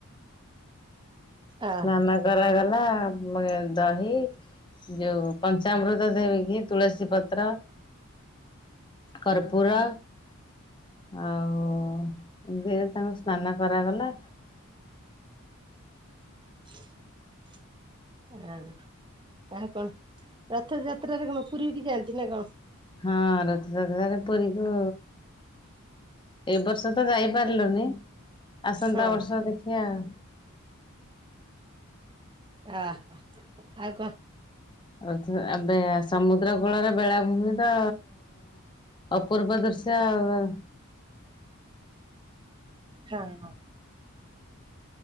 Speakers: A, on the right; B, on the left.
A: ଓହୋ
B: ସ୍ନାନ କରାଗଲା ଦହି ଯୋଉ ପଞ୍ଚାମୃତ ଦେଇକିି ତୁଳସୀ ପତ୍ର କର୍ପୁର। ଆଉ ଘିଅରେ ତାଙ୍କୁ ସ୍ନାନ କରାଗଲା।
A: <inaudible> ଆଉ ଆଉ କଣ ରଥଯାତ୍ରାରେ କଣ ପୁରୀ କିି ଯାଆନ୍ତି ନା କଣ?
B: ହଁ ରଥଯାତ୍ରା ରେ ପୁରୀକୁ ଏ ବର୍ଷ ତ ଯାଇପାରିଲୁନି ଆସନ୍ତା
A: ହଁ।
B: ବର୍ଷ ଦେଖିବା ଆଉ।
A: ଆ ଆଉ କଣ?
B: ଆ ଏବେ ସମୁଦ୍ର କୂଳରେ ବେଳାଭୂମି ତ ଅପୂର୍ବ ଦୃଶ୍ୟ ଆଉ।
A: ହଁ ହଁ।